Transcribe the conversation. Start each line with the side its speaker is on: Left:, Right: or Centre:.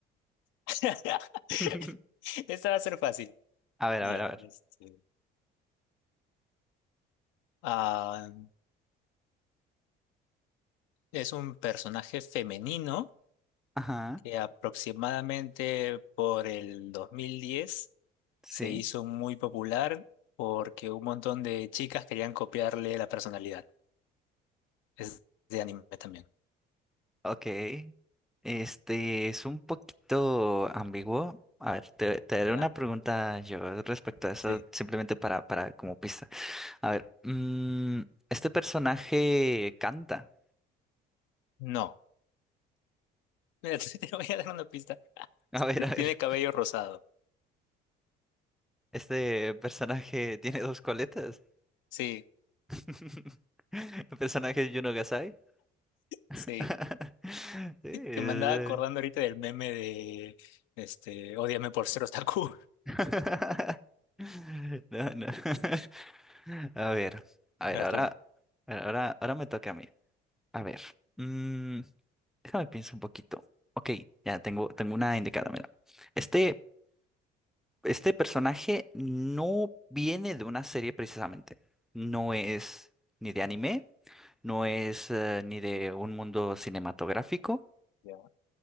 Left: <laughs>
Centre: <laughs>
Left: Esta va a ser fácil.
Centre: A ver,
Left: Ya,
Centre: a ver, a ver.
Left: este. ah, es un personaje femenino
Centre: Ajá,
Left: que aproximadamente por el 2010
Centre: sí,
Left: se hizo muy popular porque un montón de chicas querían copiarle la personalidad. Es de anime también.
Centre: ok. Este es un poquito ambiguo. A ver, te, te haré
Left: ¿Ya?
Centre: una pregunta yo respecto a eso,
Left: Sí.
Centre: simplemente para, para como pista. A ver, mm, este personaje canta.
Left: No. Mira, <laughs> te voy a dar una pista.
Centre: <laughs> A ver, a ver.
Left: Tiene cabello rosado.
Centre: Este personaje tiene dos coletas.
Left: Sí,
Centre: <laughs> El personaje es Yuno Gasai. <laughs>
Left: sí.
Centre: Sí,
Left: Que me andaba acordando ahorita del meme de, este, Ódiame por ser otaku.
Centre: <laughs> No, no. <laughs> A ver, a ver,
Left: <laughs> Artuna.
Centre: ahora, ahora, ahora me toca a mí. A ver, mm, déjame pienso un poquito. Ok, ya tengo, tengo una indicada, mira. Este, este personaje no viene de una serie precisamente. No es ni de anime, no es eh, ni de un mundo cinematográfico.
Left: Ya.